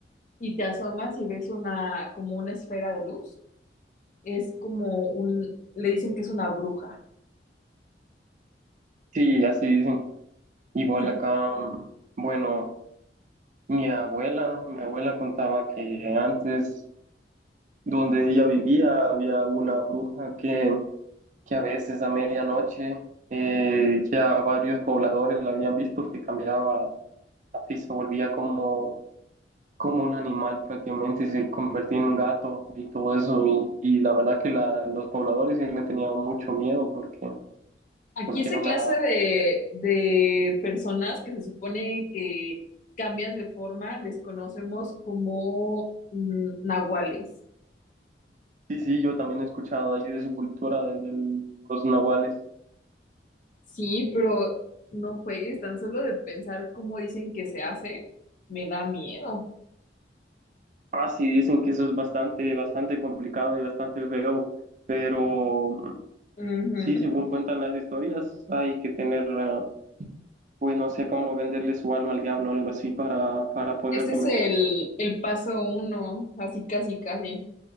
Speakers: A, on the left; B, on the right.
A: y te asomas y ves una, como una esfera de luz, es como un, le dicen que es una bruja.
B: Sí, así dicen. Igual
A: <laughs>
B: acá, mm, bueno, mi abuela, mi abuela contaba que antes Donde ella vivía había una bruja que, que a veces a medianoche eh, ya varios pobladores la habían visto que cambiaba, así se volvía como, como un animal prácticamente, se convertía en un gato y todo eso. Y, y la verdad que la- los pobladores sí le tenían mucho miedo porque,
A: Aquí
B: porque
A: esa
B: era
A: clase
B: una...
A: de, de personas que se supone que cambian de forma, les conocemos como mm, nahuales.
B: Sí, sí, yo también he escuchado allí de su cultura, de los nahuales.
A: Sí, pero no juegues, tan solo de pensar cómo dicen que se hace, me da miedo.
B: Ah, sí, dicen que eso es bastante, bastante complicado y bastante feo, pero
A: Ujú.
B: sí, según cuentan las historias, hay que tener, ah, pues no sé cómo venderle su alma al diablo o algo así para, para poder
A: Ese
B: convencer.
A: es el, el paso uno, así casi casi.